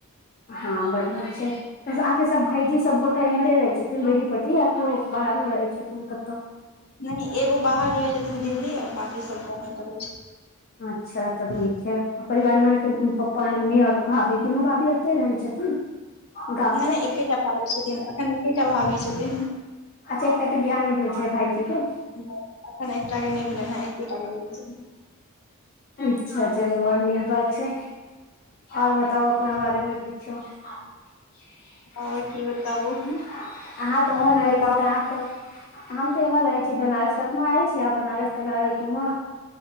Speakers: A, on the left (about 45°); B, on the left (about 85°).
A: ह बड नीक छै बस अहाँके सब भईजी सब सबगो त इमहरे रहै छथिन बेनीपट्टी आओर कियो बाहरो रहै छथिन कतौ
B: न‌इ एगो बाहर रहै छथिन दिल्ली आ बांकी सब गावे पर रहै छैथिन
A: अच्छा तब नीक छै परिवार मे अहाँके पप्पा मम्मी आओर भाभी दुनू भाभी अतै रहै छथिन गाम
B: न‌इ
A: पर
B: न‌इ एकेटा भावी छथिन एखन एकेटा भावी छथिन
A: अच्छा एकटा के बियाह न‌इ भेल छलै भायजी के
B: ओ अखन एकटा के न‌इ भेलनहाँ एकेटा के भेल छै
A: अच्छा चलू बड नीक बात छै आओर बताउ
B: छनि
A: अपना बारे मे किछो आहाँ
B: आओर की बताबू
A: त उमहर
B: अहीं
A: रहै
B: बताउ
A: छीत आहाँ त हमत एमहर रहै छी बनारस कखनो आएल छीयै आहाँ बनारस तनारस घुम‌